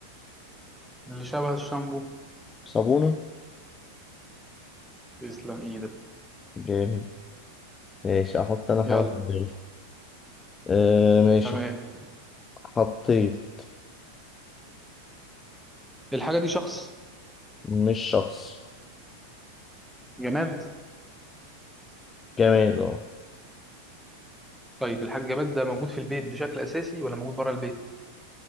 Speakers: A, in the centre; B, on the left.
A: اللي شبه الشامبو
B: صابونة
A: تسلم ايدك
B: جامد ماشي احط انا حاجة
A: يلا
B: في دماغي آه ماشي
A: تمام
B: حطيت
A: الحاجه دي شخص
B: مش شخص
A: جماد
B: جماد اه
A: طيب الحاجه الجماد ده موجود في البيت بشكل اساسي ولا موجود بره البيت